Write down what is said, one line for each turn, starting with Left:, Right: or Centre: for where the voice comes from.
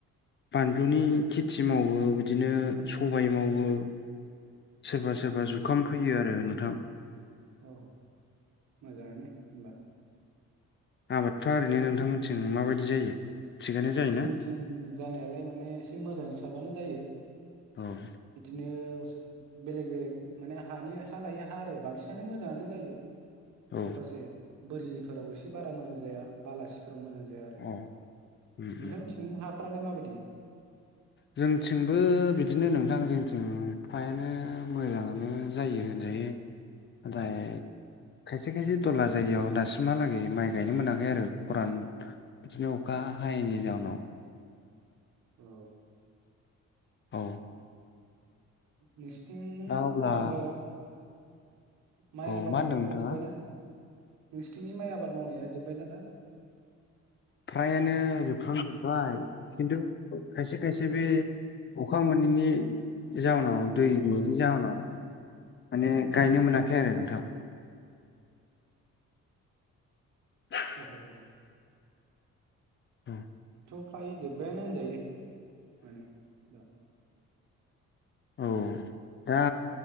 Left: बानलुनि खेथि मावो बिदिनो सबाय मावो सोरबा सोरबा जुखाम फैयो आरो नोंथां।
Right: औ मोजाङानो होमबा
Left: आबादफ्रा ओरैनो नोंथां थिं माबायदि जायो थिगानो जायोना
Right: जोंथिं जानायालाय माने एसे मोजां साबानो जायो।
Left: औ।
Right: बिदिनो बेलेग बेलेग माने हानि हा लायो हा आरो बांसिनानो मोजाङानो जायो।
Left: औ
Right: माखासे बोरिफोराव एसे बारा मोजां जाया बालासिफोराव मोजां जाया आरो।
Left: अ उम
Right: नोंथां
Left: उम
Right: मोनथिं हाफ्रालाय माबायदि
Left: जोंथिंबो बिदिनो नोंथां जोंथिं फ्रायानो मोजाङानो जायो होनजायो ओमफ्राय खायसे खायसे दला जायगायाव दासिमहालागै माइ गायनो मोनाखै आरो खरान बिदिनो अखा हायैनि जाउनाव
Right: अ
Left: औ
Right: नोंसिथिं
Left: दा अब्ला
Right: माइ बागान माइ
Left: औ
Right: आबाद
Left: मा होनदों
Right: मावनायफ्रा
Left: नोंथाङा
Right: जोब्बायना नोंसथिनि माइ आबाद मावनाया जोब्बायना दा
Left: फ्रायानो जोबफ्राम जोब्बाय खिन्थु खायसे खायसे बे अखा मोनैनि जाहनाव दैनि गैयिनि जाउनाव माने गायनो मोनाखै आरो नोंथां द <inaudible>
Right: अ ह ह।
Left: <inaudible>
Right: थ' फ्राय जोब्बायानो होनजायो माने दा
Left: औ दा